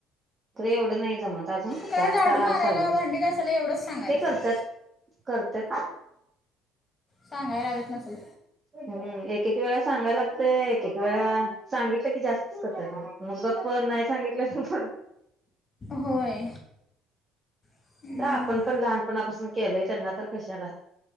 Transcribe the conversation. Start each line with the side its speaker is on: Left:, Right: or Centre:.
Right: खरं एवढं नाही जमत अजून कत
Left: काय
Right: आता
Left: झाडू मारायला
Right: सहावीत
Left: भांडी
Right: आहै
Left: घासायला एवढंच सांगायचं
Right: ते करतात. करत्यात.
Left: सांगाय लागत नसेल.
Right: हम्म एक एक वेळा सांगायला लागत एक वेळा सांगितलं की जास्तच करतात मग ग. पण नाही सांगितलं पण
Left: होय हम्म.
Right: आ आपण पण लहानपणापासून केलंय त्यांना तर कशाला